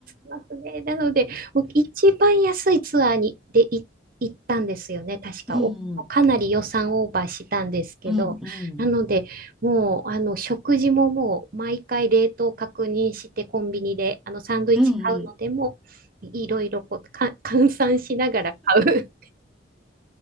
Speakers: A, on the right; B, in the centre.
A: ますね。なので、もう一番安いツアーにでい行ったんですよね、確か。
B: う。うんうん。
A: おかなり予算オーバーしたんですけど、
B: うんうん。
A: なので、もうあの食事ももう毎回冷凍確認して、コンビニであのサンドイッチ買うのでも、
B: うんうん。
A: いろいろこうか <laughs> 換算しながら買う。